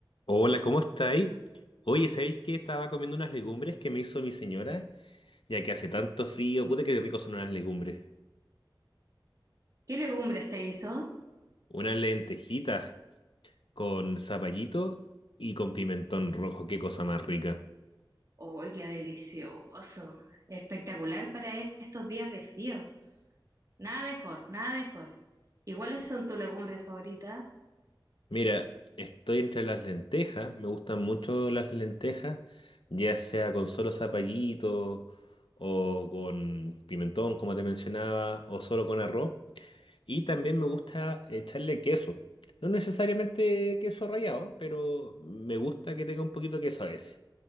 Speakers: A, on the left; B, on the right.
A: Hola, ¿cómo estáis? Oye, ¿sabéis que estaba comiendo unas legumbres que me hizo mi señora? Ya que hace tanto frío, puta que rico son unas legumbres.
B: ¿Qué legumbres te hizo?
A: Unas lentejitas con zapallito y con pimentón rojo, qué cosa más rica.
B: ¡Uy, qué delicioso! Espectacular para estos días de frío. Nada mejor, nada mejor. ¿Y cuáles son tus legumbres favoritas?
A: Mira, estoy entre las lentejas, me gustan mucho las lentejas, ya sea con solo zapallito o con pimentón, como te mencionaba, o solo con arroz. Y también me gusta echarle queso. No necesariamente queso rallado, pero me gusta que tenga un poquito de queso a veces.